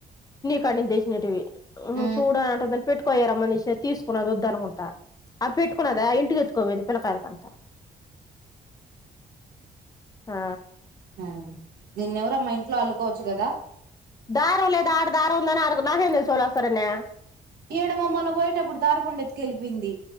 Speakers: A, on the left; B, on the right.
A: కనీ <unintelligible>
B: మ్మ్
A: హూ చూడదంట కని పెట్టుకోయే రమ్మని ఇస్తే తీసుకున్నది వద్దు అనకుం ట అవి పెట్టుకున్నదా ఇంటికి ఎత్తుకోబొయింది పిల్లకాయలకంతా ఆ
B: హ్మ్ నిన్నేఎవరమ్మా ఇంట్లో అల్లుకోవచ్చు కదా
A: దారం లేదా ఆడ దారం ఉందని నాకెం తెలుసు <unintelligible>
B: ఈడ మొమొన్న పోయేటప్పుడు ధారపుండ ఎత్తుకెళ్లిపోయింది